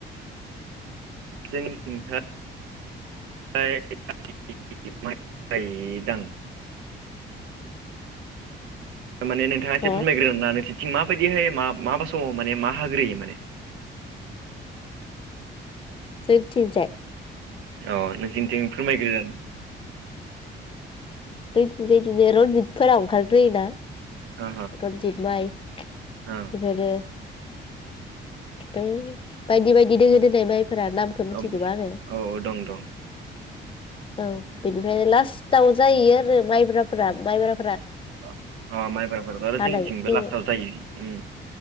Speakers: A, on the right; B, on the left.
A: जों नि थिं था इ इ गायो दां माने नोंथांङा एसे
B: हो
A: फोरमायग्रो आरोना नोंसिनि माबायदि हाय मा मा बा समाव माने मा हाग्रोयो माने
B: जोंनिथिं जाय
A: औ नोंसोरनिथिं फोरमायग्रो आ
B: जोंनिथिं जायखि जाया रनजितफोरा ओंखारग्रोयोना?
A: ओ
B: रन्जित माय बेफोरो
A: ओ
B: थै बाइदि बाइदि <unintelligible> फोरा नामखौ
A: औ
B: मिथिजोबा आङो
A: औ दं दं
B: औ बेनिफ्राय लास्टाव जाहैयो आरो मायब्राफोरा मायब्रा
A: अ अ मायबारफोरथ' आरो
B: हानाय
A: जोंनिथिंबो
B: सिजोन
A: लास्टाव जायो ओम